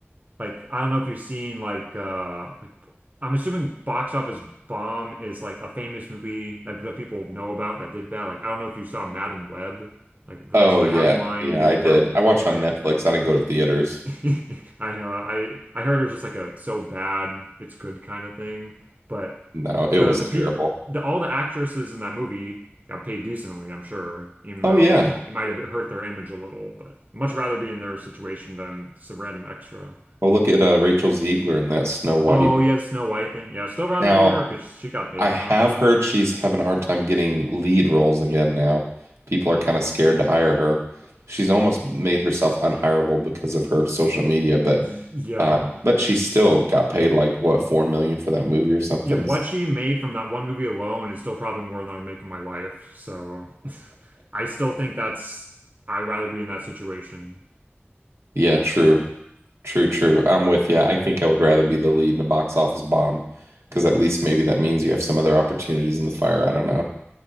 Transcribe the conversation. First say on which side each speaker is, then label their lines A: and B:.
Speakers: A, on the right (about 40°); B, on the right (about 80°).
A: like I don't know if you've seen like uh like I'm assuming Box Office Bomb is like a famous movie like that people know about that did bad. Like I don't know if you saw Madam Web. Like that's
B: Oh
A: what
B: yeah.
A: I have in mind
B: Yeah, I did.
A: for
B: I watched on
A: like
B: Netflix. I didn't go to theaters.
A: <laughs> I know I I heard it was just like a so bad it's good kind of thing. But
B: No, it
A: the
B: was
A: the
B: terrible.
A: peop the all the actresses in that movie got paid decently, I'm sure, even
B: Oh
A: though
B: yeah.
A: it might have hurt their image a little, but much rather be in their situation than some random extra.
B: Oh, look at uh, Rachel Ziegler in that Snow White.
A: Oh yeah, the Snow White thing. Yeah, I'd still rather
B: Now,
A: be her because she got paid
B: I
A: a
B: have
A: ton, I'm sure.
B: heard she's having a hard time getting lead roles again now. People are kind of scared to hire her. She's almost made herself unhireable because of her social media, but
A: Y- yeah,
B: um, but she still got paid like what, four million for that movie or something.
A: yeah. What
B: So,
A: she made from that one movie alone is still probably more than I would make in my life. So, <laughs> I still think that's I'd rather be in that situation.
B: yeah, true, true, true. I'm with you. I think I would rather be the lead in a box office bomb because at least maybe that means you have some other opportunities in the fire. I don't know.